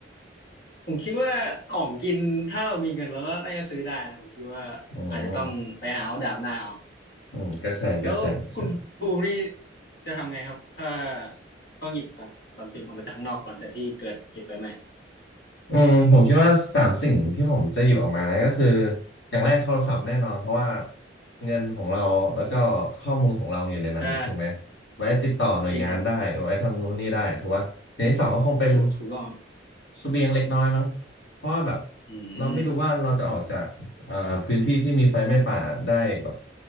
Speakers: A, on the left (about 60°); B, on the left (about 80°).
A: ผมคิดว่าของกินถ้าเรามีเงินเราก็น่าจะซื้อได้ผมคิดว่าอาจจะต้องไปหาเอาดาบหน้าเอา
B: อืมอืมก็ใช่ก็ใช่ก็ใช่
A: แล้วคุณภูมินี่จะทำไงครับถ้าต้องหยิบของทรัพย์สินออกมาจากข้างนอกหลังจากที่เกิดเหตุไฟไหม้
B: อืมผมคิดว่าสามสิ่งที่ผมจะหยิบออกมานะก็คืออย่างแรกโทรศัพท์แน่นอนเพราะว่าเงินของเราแล้วก็ข้อมูลของเราอยู่ในนั้นถูกไหม
A: ใช่
B: ไว้ติดต่อหน่วยงานได้ไว้ทำนู้นนี่ได้ถือว่าอย่างที่สองก็คงเป็น
A: จริงครับถูกถูกต้องครับ
B: เสบียงเล็กน้อยมั้งเพราะว่าแบบ
A: อืม
B: เราไม่รู้ว่าเราจะออกจากเอ่อพื้นที่ที่มีไฟไหม้ป่าได้แบบ